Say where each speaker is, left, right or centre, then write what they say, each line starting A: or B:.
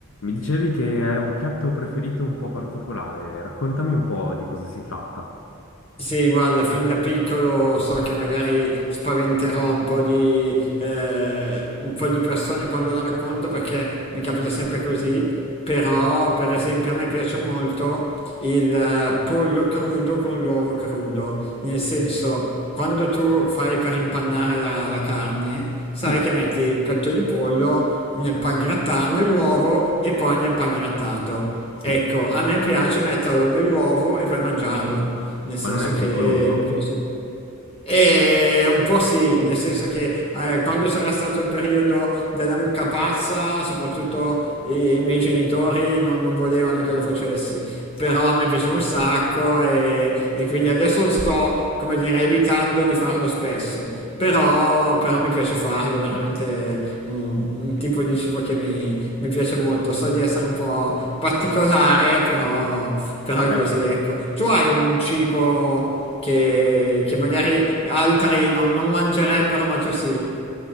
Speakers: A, on the left; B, on the left.
A: Mi dicevi che è un piatto preferito un po' particolare, raccontami un po' di cosa si tratta.
B: Sì, guarda, fin da piccolo so che magari spaventerò un po' di, eh, un po' di persone quando lo racconto perché mi capita sempre così, però per esempio a me piace molto il eh, pollo crudo con l'uovo crudo, nel senso quando tu fai per impannare la, la carne,
A: Sì,
B: sai che metti il petto di pollo nel pangrattato, nell'uovo e poi nel pangrattato.
A: sì,
B: Ecco, a me piace metterlo nell'uovo e poi mangiarlo. Nel senso
A: ma non è pericoloso?
B: che mi piace. E un po' sì, nel senso che eh, quando c'era stato il periodo della mucca pazza, soprattutto i miei genitori non, non volevano che lo facessi però a me piaceva un sacco e, e quindi adesso lo sto, come dire, evitando di farlo spesso, però, però mi piace farlo, è veramente un, un tipo di cibo che mi, mi piace molto, so di essere un po' particolare, però, però
A: Vabbè.
B: è così, ecco. Tu hai un cibo che, che magari altri non, non mangerebbero, ma tu sì.